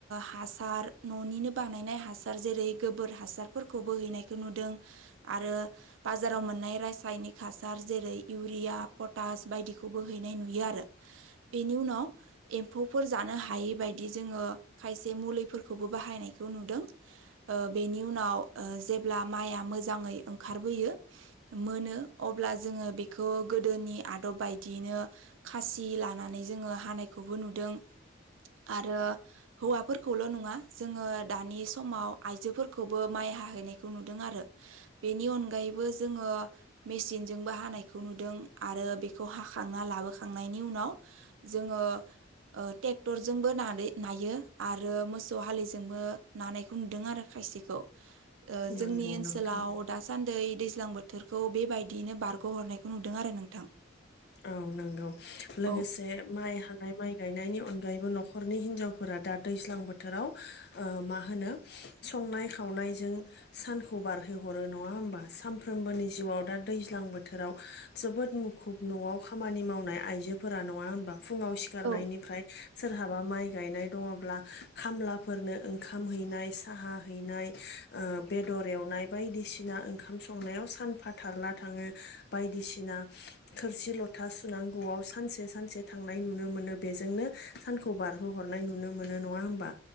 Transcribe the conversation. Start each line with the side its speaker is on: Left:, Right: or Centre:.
Right: हासार न'निनो बानायनाय हासार जेरै गोबोर हासारफोरखौ बो हैनायखौ नुदों आरो बाजाराव मोननाय रासायनिक हासार जेरै इउरिया पटास बायदिखौबो हैनाय नुयो आरो बेनि उनाव एम्फौफोर जानो हायैबायदि जोंङो खायसे मुलि बाहायनायखौ नुदों बेनि उनाव जेब्ला माइआ मोजांङै ओंखारो फोयो मोनो अब्ला जोंङो गोदोनि आदब बायदियैनो खासि खासि लानानै जोंङो हानायखौबो नुदों आरो हौवाफोरखौल' नङा जोंङो दानि समाव आयजोफोरखौबो माइ हाहैनायखौ नुदों आरो बेनि अनगायै बो जोंङो मेसिनजोंबो हानायखौ नुदों आरो बेखौ हाखांना लाबोखांनायनि उनाव जोंङो ओ ट्रेक्टर जोंबो नायो आरो मोसौ हालिजोंबो नानायखौ नुदों आरो खायसेखौ ओ जोंनि
Left: नंगौ
Right: ओनसोलाव
Left: नोंथां
Right: दासान्दि दैज्लां बोथोरखौ बेबायदियैनो बारग'हरनायखौ नुदों आरो नोंथां
Left: औ नंगौ लोगोसे
Right: औ
Left: माइ हानाय माइ गायनायनि अनगायैबो न'खरनि हिनजावफोरा दा दैज्लां बोथोराव मा होनो संनाय खाव नायजों सानखौ बारहोहरो नंङा होमबा सानफ्रोमबोनि जिउआव दा दैज्लां बोथोराव जोबोद मुखुब न'आव खामानि मावनाय आइजोफोरा नंङा होनबा फुंङाव सिखारनायनिफ्राय
Right: औ
Left: सोरहाबा माइ गायनाय दंङोब्ला खामलाफोरनो ओंखाम हैनाय साहा हैनाय ओ बेदर दर एवनाय बायदिसिना ओंखाम संनायाव सानफाथारला थांङो बायदिसिना थोरसि लथा सुनांगौआव सानसे सानसे थांनाय नुनो मोनो बेजोंनो सानखौ बारहोहरो नुनाय नुनो मोनो नंङा होनबा